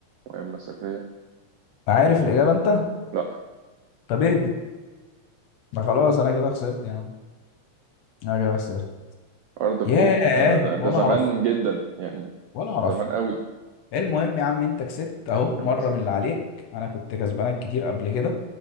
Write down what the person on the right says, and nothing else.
مهمة سرية
لا
أرض الخوف
ده, ده, ده
زمان
جدا يعني
زمان قوي
أنا
كسبت